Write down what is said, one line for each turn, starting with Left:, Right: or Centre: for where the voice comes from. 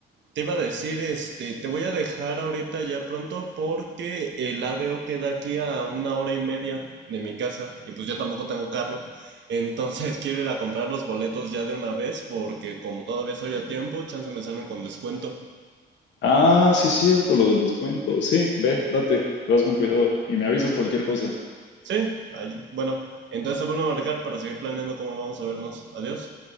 Right: Te iba a decir, este, te voy a dejar ahorita ya pronto porque el ADO queda aquí a una hora y media de mi casa y pues yo tampoco tengo carro. Entonces <laughs> quiero ir a comprar los boletos ya de una vez porque como todavía soy a tiempo, chance me salen con descuento.
Left: Ah, sí, es cierto, lo del descuento. Sí, ve, date, te vas con cuidado y me avisas cualquier cosa.
Right: Sí, ay- bueno, entonces te vuelvo a marcar para seguir planeando cómo vamos a vernos. Adiós.